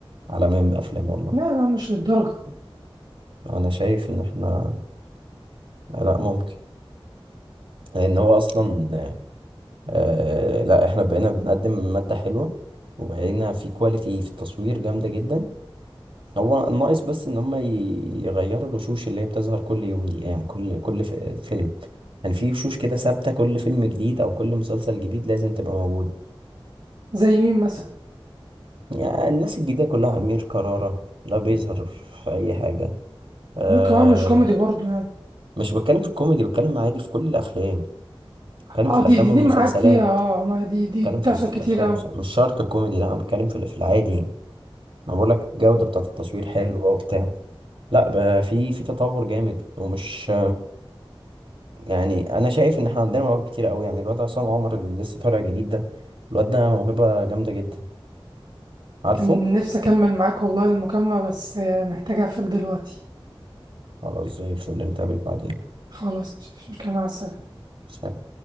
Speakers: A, on the right; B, on the right.
A: عالميا بافلام والله
B: لا لا مش للدرجه
A: انا شايف ان احنا لا ممكن لان هو اصلا آه لا احنا بقينا بنقدم مادة حلوة وبقينا في كواليتي في التصوير جامدة جدا هو ناقص بس ان هم ي- يغيروا الوشوش اللي هي بتظهر كل يوم دي يعني كل كل ف- فيلم يعني في وشوش كده ثابته كل فيلم جديد او كل مسلسل جديد لازم تبقى موجود
B: زي مين مثلا
A: يعني الناس الجديده كلها امير كرارة لا بيظهر في اي حاجه أه
B: ممكن هو مش كوميدي برضه يعني
A: مش بتكلم في الكوميدي بتكلم عادي في كل الافلام بتكلم
B: اه
A: في
B: دي
A: الافلام
B: دي, دي
A: والمسلسلات
B: معاك فيها اه ما دي دي
A: بتكلم
B: بتحصل
A: في ال- في
B: كتير
A: الافلام
B: قوي
A: والمس- مش شرط الكوميدي لا انا بتكلم في ال- في العادي يعني. انا بقول لك الجوده بتاعه التصوير حلوه وبتاع لا بقى في في تطور جامد ومش يعني انا شايف ان احنا عندنا مواهب كتير قوي يعني الواد عصام عمر اللي لسه طالع جديد ده الواد ده موهبه جامده جدا عارفه
B: كان نفسي اكمل معاك والله المكالمه بس آه، محتاج اقفل دلوقتي
A: خلاص زي الفل نتقابل بعدين
B: خلاص مش مش مشكله مع السلامه
A: سلام.